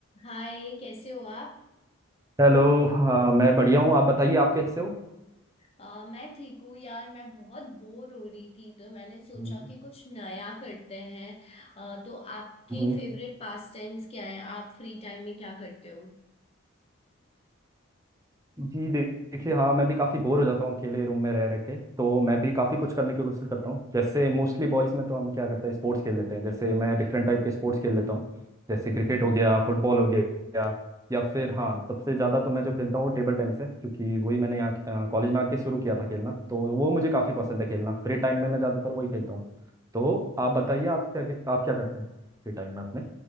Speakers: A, on the left; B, on the right.
A: हाय कैसे हो आप
B: Hello हाँ मैं बढ़िया हूँ आप बताइए आप कैसे हो
A: अ, मैं ठीक हूँ यार मैं बहुत बोर हो रही थी तो मैंने सोचा
B: हम्म।
A: कि कुछ नया करते हैं अ, तो आपके
B: हम्म,
A: फेवरेट पास टाइम्स क्या हैं आप फ्री टाइम में क्या करते हो
B: जी दे- देखिए हाँ मैं भी काफ़ी बोर हो जाता हूँ अकेले रूम में रह रह के तो मैं भी काफ़ी कुछ करने की कोशिश करता हूँ जैसे मोस्टली बॉयज़ में तो हम क्या करते हैं स्पोर्ट्स खेल लेते हैं जैसे मैं डिफरेंट टाइप के स्पोर्ट्स खेल लेता हूँ जैसे क्रिकेट हो गया फुटबॉल हो गया या फिर हाँ सबसे ज़्यादा तो मैं जो खेलता हूँ वो टेबल टेनिस है क्योंकि वही मैंने यहाँ कॉलेज में आके शुरू किया था खेलना तो वो मुझे काफ़ी पसंद है खेलना फ्री टाइम में मैं ज़्यादातर वही खेलता हूँ तो आप बताइए आप क्या आप क्या करते हैं फ्री टाइम में अपने